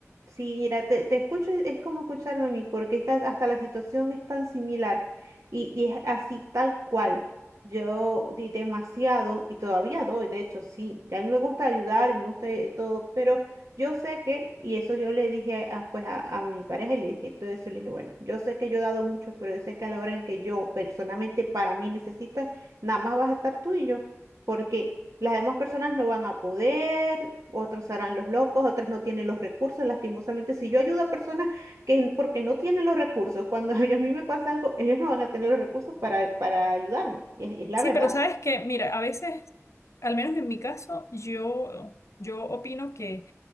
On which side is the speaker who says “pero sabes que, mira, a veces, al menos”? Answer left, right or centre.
Left